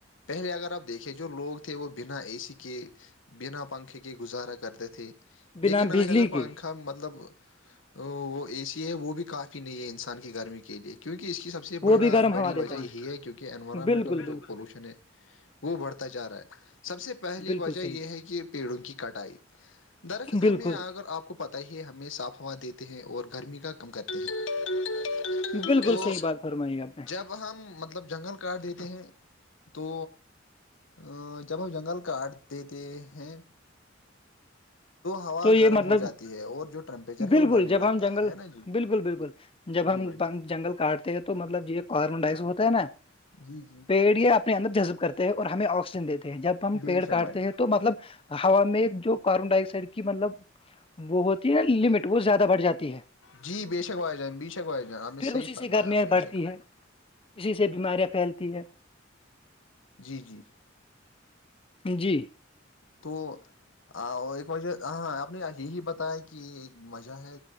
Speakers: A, on the left (about 80°); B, on the left (about 30°).
A: پہلے اگر آپ دیکھیے جو لوگ تھے وہ بنا اے سی کے بنا پنکھے کے گزارا کرتے تھے
B: بنا
A: لیکن آج
B: بجلی
A: اگر
B: کے
A: پنکھا مطلب وہ اے سی ہے وہ بھی کافی نہیں ہے انسان کی گرمی کے لیے کیونکہ اس کی سب سب سے بڑا
B: وہ بھی گرم
A: بڑی
B: ہوا
A: وجہ
B: دیتا
A: یہی ہے کیونکہ انوائمنٹل
B: ہے بالکل بالکل
A: جو پولوشن ہے وہ بڑھتا جا رہا ہے سب سے پہلی
B: بالکل
A: وجہ
B: صحیح
A: یہ ہے کہ پیڑوں کی کٹائی درخت
B: بالکل
A: ہمیں اگر آپ کو پتہ ہی ہے ہمیں صاف ہوا دیتے ہیں اور گرمی کا کم کرتے ہیں
B: بالکل
A: تو
B: صحیح بات فرمائیی آپ نے
A: جب ہم مطلب جنگل کاٹ دیتے ہیں تو ا جب ہم جنگل کاٹ دیتے ہیں ہوا
B: تو یہ
A: گرم
B: مطلب
A: ہو جاتی ہے اور جو ٹیمپریچر ہے
B: بالکل
A: وہ بڑھنے
B: جب
A: لگتا
B: ہم جنگل
A: ہے ہے نا جی
B: بالکل بالکل جب
A: جی
B: ہم
A: بھائی
B: جنگل کاٹتے ہیں تو مطلب یہ کاربن ڈائیکسڈ ہوتا ہے نا
A: جی جی
B: پیڑ یہ اپنے اندر جذب کرتے ہیں اور ہمیں آکسیجن دیتے ہیں جب ہم
A: بے
B: پیڑ
A: شک
B: کاٹتے
A: بھائی
B: ہیں تو تو مطلب ہوا میں جو کاربن ڈائیکسائڈ کی مطلب وہ ہوتی ہے نا لمٹ وہ زیادہ بڑھ جاتی ہے
A: جی بے شک بھائی جان بے شک بھائی جان آپ نے
B: پھر
A: صحیح
B: اسی
A: فرمایا
B: اس سے گرمیاں
A: بے
B: بڑھتی
A: شک
B: ہے اسی سے بیماریاں پھیلتی ہے
A: جی جی
B: جی
A: تو ایک وجہ ہ ہاں آپ نے یہی بتایا کہ کی ایک مزہ ہے